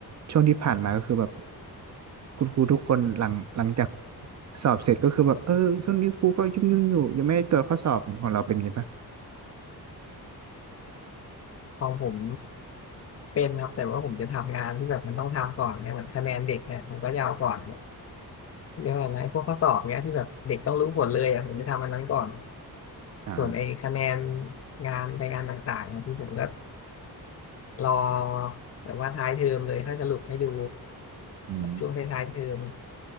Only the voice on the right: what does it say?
ช่วงที่ผ่านมาก็คือแบบคุณครูทุกคนหลังหลังจากสอบเสร็จก็คือแบบเออช่วงนี้ครูก็ยุ่งยุ่งอยู่ยังไม่ได้ตรวจข้อสอบของเราเป็นงี้ปะ
อ่า
อืม